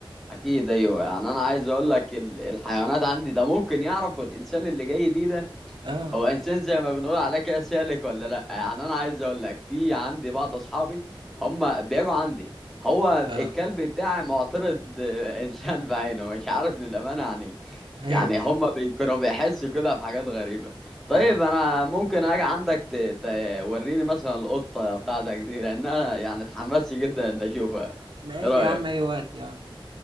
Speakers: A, in the centre; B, on the right (about 60°).
A: اكيد ايوه يعني انا عايز اقول لك ال- الحيوانات عندي ده ممكن يعرفوا الانسان اللي جاي دي ده
B: اه
A: هو انسان زي ما بنقول عليه كده سالك ولا لا يعني انا عايز اقول لك في عندي بعض اصحابي هم بيجوا عندي هو
B: اه
A: الكلب بتاعي معترض <laughs> آه، انسان بعينه مش عارف للامانه يعني
B: ايوه
A: يعني
B: ايوه
A: هم كانوا بيحسوا كده بحاجات غريبه طيب
B: اه
A: انا ممكن اجي عندك ت- توريني مثلا القطه بتاعتك دي لان انا يعني اتحمست جدا ان اشوفها
B: ماشي
A: ايه رايك
B: يا عم اي وقت يا عم